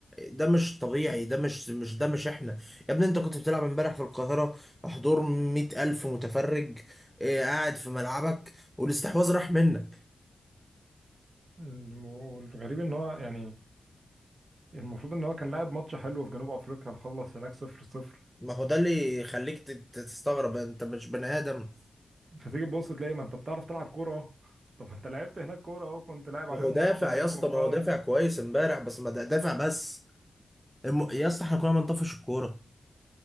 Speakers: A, in the centre; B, on the right (about 40°).
A: ده مش طبيعي ده مش مش ده مش احنا يا ابني انت كنت بتلعب امبارح في القاهره حضور مئة الف متفرج إيه قاعد في ملعبك والاستحواذ راح منك
B: م- والغريب ان هو يعني المفروض ان هو كان لاعب ماتش حلو في جنوب افريقيا مخلص هناك صفر صفر
A: ما هو ده اللي يخليك تت- تستغرب انت مش بني ادم
B: فتيجي تبص تلاقي ما انت بتعرف تلعب كوره اهو <laughs> طب ما انت لعبت هناك كوره اهو كنت لاعب عليهم
A: ما هو دافع
B: ماتش هناك
A: يا اسطى
B: وخلاص
A: ما هو دافع كويس امبارح بس ما ده- دافع بس الم...
B: م-
A: يا اسطى احنا كنا بنطفش الكوره